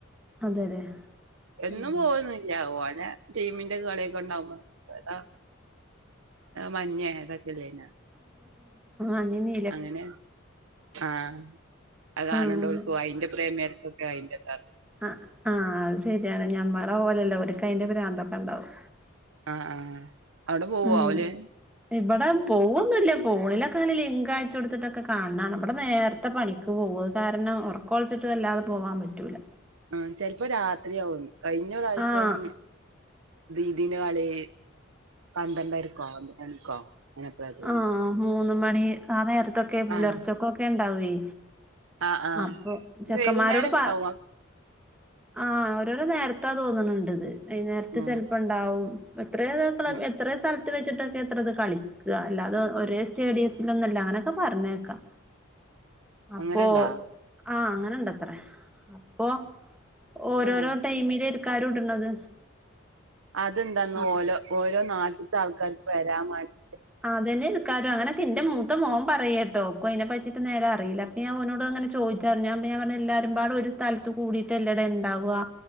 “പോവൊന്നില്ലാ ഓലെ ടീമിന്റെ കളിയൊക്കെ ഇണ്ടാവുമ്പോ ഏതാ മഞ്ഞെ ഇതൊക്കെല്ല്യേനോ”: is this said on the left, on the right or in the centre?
Right